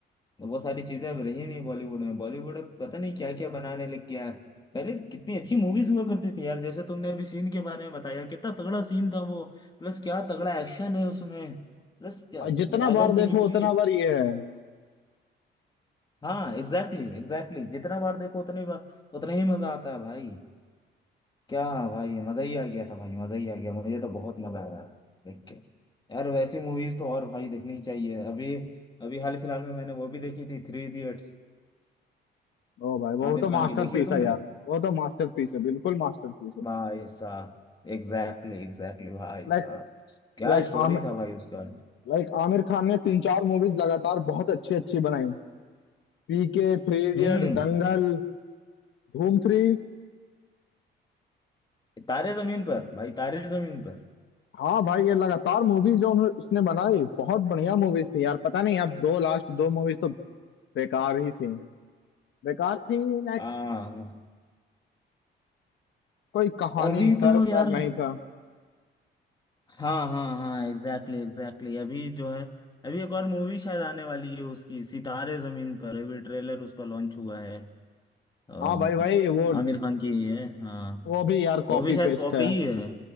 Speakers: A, on the left; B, on the left.
A: वो सारी चीजें अब रही नहीं बॉलीवुड में बॉलीवुड अब पता नहीं क्या क्या बनाने लग गया है पहले कितनी अच्छी मूवीज हुआ करती थी यार जैसे तुमने अभी सीन के बारे में बताया कितना तगड़ा सीन था वो प्लस क्या तगड़ा एक्शन है उसमें प्लस क्या
B: और जितना
A: डायलॉग
B: बार देखो
A: डिलीवरी
B: उतना बार ये है
A: हाँ एग्जैक्टली एग्जैक्टली जितना बार देखो उतनी बार उतना ही मजा आता है भाई क्या भाई मजा ही आ गया था भाई मजा ही आ गया मुझे तो बहुत मजा आया देख के यार वैसी मूवीज तो और भाई देखनी चाहिए अभी अभी हाल फिलहाल में मैंने वो भी देखी थी थ्री इडियट्स
B: ओ भाई वो
A: आमिर
B: तो
A: खान
B: मास्टरपीस
A: की देखी है तुमने
B: है यार वो तो मास्टरपीस है बिल्कुल मास्टरपीस है
A: भाई साहब एग्जैक्टली एग्जैक्टली भाई
B: Like
A: साहब क्या
B: like
A: स्टोरी
B: Aamir
A: था भाई उसका
B: like Aamir Khan ने तीन चार मूवीज लगातार बहुत अच्छी अच्छी बनाई पीके थ्री इडियट्स
A: हम्म
B: दंगल धूम थ्री
A: तारे जमीन पर भाई तारे जमीन पर
B: हाँ भाई ये लगातार मूवीज जो उन्होंने उसने बनाई बहुत बढ़िया मूवीज थी यार पता नहीं अब दो लास्ट दो मूवीज तो बेकार ही थी बेकार थी ना
A: आ
B: कोई कहानी
A: अभी
B: इन सर
A: तो यार
B: पर नहीं था
A: हाँ हाँ हाँ एग्जैक्टली एग्जैक्टली अभी जो है अभी एक और मूवी शायद आने वाली है उसकी सितारे जमीन पर अभी ट्रेलर उसका लॉन्च हुआ है अम,
B: हाँ भाई भाई वो
A: आमिर खान की ही है हाँ
B: वो भी यार कॉपी
A: वो भी शायद
B: पेस्ट
A: कॉपी
B: है
A: ही है